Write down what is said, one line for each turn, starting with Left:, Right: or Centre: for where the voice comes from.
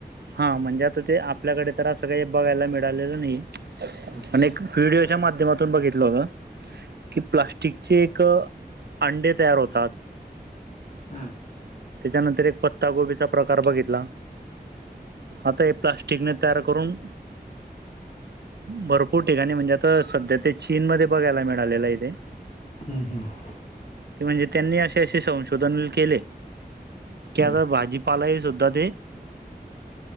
Right: हा म्हणजे आता ते आपल्याकडे तर असं काही बघायला मिळालेलं नाही.
Left: हं,
Right: आणि एक व्हिडिओच्या माध्यमातून बघितलं होत की प्लाट टिकचे एक अंडे तयार होतात
Left: हम.
Right: त्याच्यानंतर एक पत्ता गोबीचा प्रकार बघितला. आता हे प्लास्टिकने तयार करून भरपूर ठिकाणी म्हणजे आता सध्या ते चीनमध्ये बघायला मिळालेलं ते.
Left: हम्म हम्.
Right: कि म्हणजे त्यांनी असे असे संशोधन केले की
Left: हं,
Right: आता भाजी पालाही सुद्धा ते